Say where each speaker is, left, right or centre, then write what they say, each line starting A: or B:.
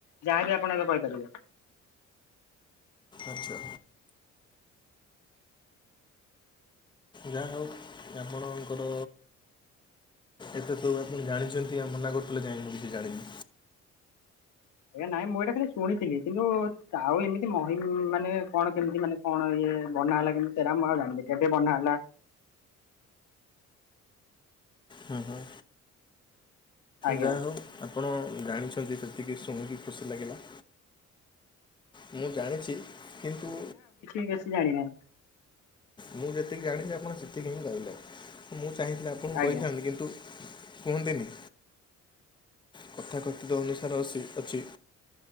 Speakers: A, on the left (about 80°); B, on the left (about 15°).
A: ଯାହା ବିି ଆପଣ ଏବେ କହିପାରିବେ।
B: ଆଚ୍ଛା। ଯା ହଉ। ଆଣଙ୍କର। ଏତେ ତୁ ଆପଣ ଜାଣିଛନ୍ତି ଆଉ ମନା କରୁଥିଲେ ଯାଇନି କି ଜାଣିନି।
A: ଆଜ୍ଞା ନାଇଁ ମୁଁ ଏଇଟା ଖାଲି ଶୁଣିଥିଲି କିନ୍ତୁ ଆଉ ଏମିତି ମହିମ ମାନେ କଣ କେମିତି ମାନେ କଣ ଇଏ ବନା ହେଲା କିନ୍ତୁ ସେଇଟା ମୁଁ ଆଉ ଜାଣିଲି କେବେ ବନା ହେଲା?
B: ହୁଁ ହୁଁ।
A: ଆଜ୍ଞା
B: ଯାହା ହଉ ଆପଣ ଜାଣିଛନ୍ତି ସେତିକି ଶୁଣିକି ଖୁସି ଲାଗିଲା। ମୁଁ ଜାଣିଛି କିନ୍ତୁ
A: ବେଶି ଜାଣିନାହାନ୍ତି।
B: ମୁଁ ଯେତିକି ଜାଣିଛି ଆପଣ ସେତିକି ହିଁ କହିଲେ ମୁଁ ଚାହିଁଥିଲେଆପଣଙ୍କୁ
A: ଆଜ୍ଞା
B: କହିଥାନ୍ତି କିନ୍ତୁ କୁହନ୍ତିିନି। କଥାକଥିତ ଅନୁସାରେ ଅସି ଅଛି।